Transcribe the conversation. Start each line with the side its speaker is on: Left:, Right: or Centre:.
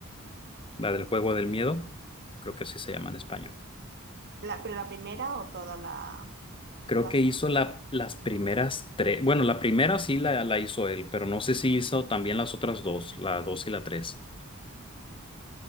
Left: la del Juego del Miedo. Creo que sí se llama en español.
Right: La, pero la primera o toda la,
Left: Creo
Right: la
Left: que
Right: saga?
Left: hizo la, las primeras tres. Bueno, la primera sí la, la hizo él, pero no sé si hizo también las otras dos, la dos y la tres.